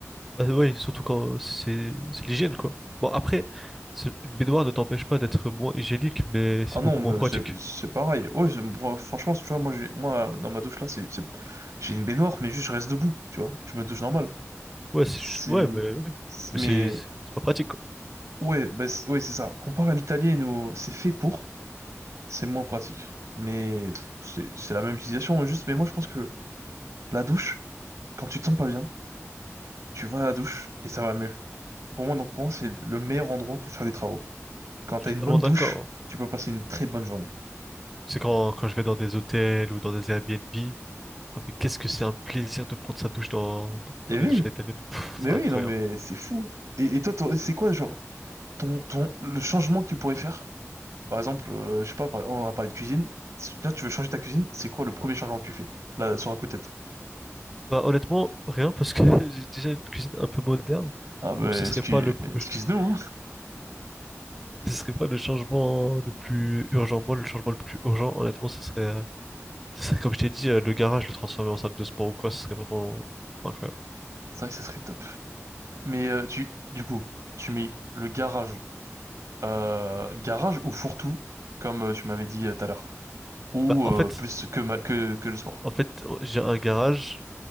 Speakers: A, in the centre; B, on the right.
A: Bah ouais, surtout quand c'est c'est l'hygiène, quoi. Bon, après, c'est- une baignoire ne t'empêche pas d'être moins hygiénique, mais c'est
B: Ah non,
A: beaucoup
B: mais
A: moins pratique.
B: c'est c'est pareil. Ouais, c'est- moi, franchement, tu vois, moi, j'ai, moi, dans ma douche là, c'est, c'est- j'ai une baignoire, mais juste je reste debout, tu vois. Je me douche normal.
A: Ouais, c'est
B: C'est,
A: juste- ouais, mais, ouais.
B: c'est-
A: Mais
B: mais
A: c'est c'est pas pratique, quoi.
B: ouais, bah, c'est- ouais, c'est ça. Comparé à l'italienne où c'est fait pour. C'est moins pratique. Mais pff, c'est c'est la même utilisation, hein, juste. Mais moi, je pense que la douche, quand tu te sens pas bien, tu vas à la douche et ça va mieux. Pour moi, donc, pour moi, c'est le meilleur endroit pour faire des travaux. Quand
A: Je
B: t'as
A: suis
B: une
A: totalement
B: bonne
A: d'accord.
B: douche,
A: hein.
B: tu peux passer une très bonne journée.
A: C'est quand, quand je vais dans des hôtels ou dans des Airbnb. Ah, mais qu'est-ce que c'est un plaisir de prendre sa douche dans, dans,
B: Et
A: dans les
B: oui,
A: douches à l'italienne. <laughs>
B: mais
A: C'est incroyable.
B: oui, non, mais c'est fou. Et, et toi, toi, c'est quoi, genre, ton, ton, le changement que tu pourrais faire? Par exemple, euh, je sais pas, par- on a parlé de cuisine. Si- Là, tu veux changer ta cuisine, c'est quoi le premier changement que tu fais? Là, sur un coup de tête.
A: Bah, honnêtement, rien parce que <laughs> j'ai déjà une cuisine un peu moderne.
B: Ah, bah,
A: Donc ce serait
B: excuse,
A: pas le problème.
B: excuse-nous,
A: <laughs>
B: hein.
A: Ce serait pas le changement le plus urgent. Moi, le changement le plus urgent, honnêtement, ce serait euh, ça, Comme je t'ai dit, euh, le garage, le transformer en salle de sport ou quoi, ce serait vraiment incroyable.
B: C'est vrai que ça serait top. Mais euh, tu, du coup, tu mets le garage, euh, garage ou fourre-tout, comme euh, tu m'avais dit euh, tout à l'heure, ou
A: Bah, en
B: euh,
A: fait,
B: plus que, ma- que que le sport.
A: en fait, oh, j'ai un garage